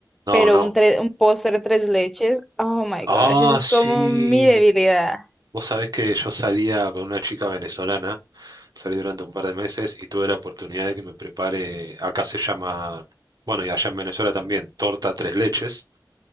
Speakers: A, on the right; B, in the centre.
A: no,
B: Pero
A: no.
B: un, tre- un postre tres leches, oh my
A: Ah,
B: gosh, eso es
A: sí.
B: como mi debilidad.
A: Vos sabés que yo salía con una chica venezolana, salí durante un par de meses y tuve la oportunidad de que me prepare, acá se llama, bueno, y allá en Venezuela también, torta tres leches.